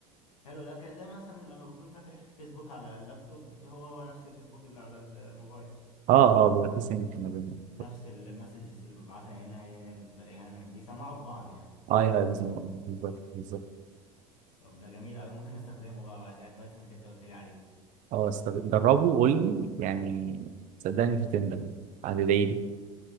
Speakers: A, on the left (about 80°); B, on the right (about 50°).
A: حلو ده كده زي مثلا لما بكون فاتح فيسبوك على اللابتوب هو هو نفس الفيسبوك اللي على الموبايل
B: اه اه بيبقى في سينك ما بينهم
A: نفس المسجز اللي ببعتها هنا هي اللي بلاقيها هناك بيسمعوا في بعض يعني
B: اه يا بالظبط بالظبط
A: طب ده جميل قوي ممكن استخدمه بقى بعد كده كويس انك انت قلت لي عليه
B: اه است- جربه وقول لي يعني صدقني مش هتندم هتدعي لي